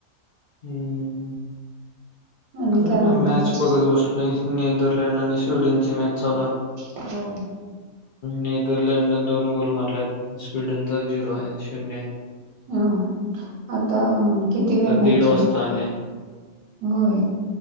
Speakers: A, on the left; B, on the right.
A: ह्
B: आणि
A: का
B: काय
A: ना
B: म्हणतोस?
A: मॅच बघत बसलो नेदरलँड आणि स्वीडन ची मॅच चालू
B: हम
A: नेदरलँडने दोन गोल मारल्या स्वीडनचा झिरो आहे शून्य आहे
B: हो आता किती वेळ मॅच
A: तीडोस्ताने
B: आहे? होय